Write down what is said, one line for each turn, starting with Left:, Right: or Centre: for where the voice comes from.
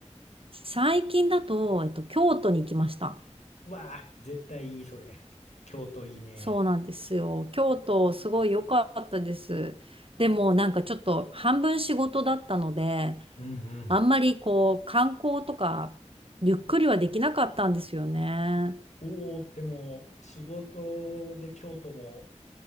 Right: 最近だと、えっと、京都に行きました。
Left: うわあ、絶対いい、それ。京都いいね。
Right: そうなんですよ。京都、すごい良かったです。でも、なんかちょっと、半分仕事だったので、
Left: うんうん。
Right: あんまりこう、観光とか、ゆっくりはできなかったんですよね。
Left: おお、でも、仕事で京都も、